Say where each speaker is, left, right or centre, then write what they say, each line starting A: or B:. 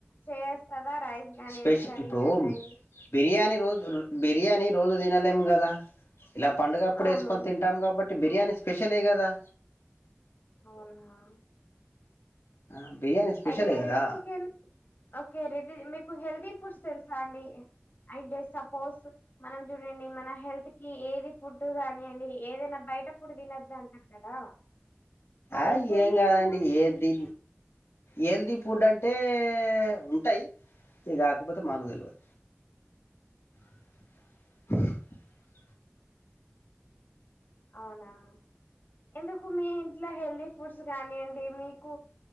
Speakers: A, on the left; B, on the left.
A: చేస్తదా రైస్ కానియండి
B: స్పెషల్
A: కర్రీ
B: ఇప్పుడు
A: కానియండి
B: బిర్యానీ రోజు బిర్యానీ రోజు తినలేం కదా ఇలా పండుగప్పుడు
A: అవును
B: వేసుకొని తింటాం కాబట్టి అంటే బిర్యానీ స్పెషలే కదా
A: అవునా
B: ఆ బిర్యానీ స్పెషలే
A: అయితే red
B: కదా
A: chicken okay red meat healthy foods తెలుసా అండి అంటే, సపోజ్ మనం చూడండి. మన హెల్త్ కి ఏది ఫుడ్ కానియండి. ఏదైనా బయట ఫుడ్ తినద్దు అంటారు కదా. మరి
B: ఆ
A: హెల్దీ
B: ఏం కాదండి
A: అయిన ఫుడ్
B: ఏది హెల్తీ ఫుడ్ అంటే ఉంటాయ్. ఇది కాకపోతే మాకు తెలియదు <unintelligible>
A: అవునా ఎందుకు మీ ఇంట్లో హెల్దీ ఫుడ్స్ కనియ్యండి మీకు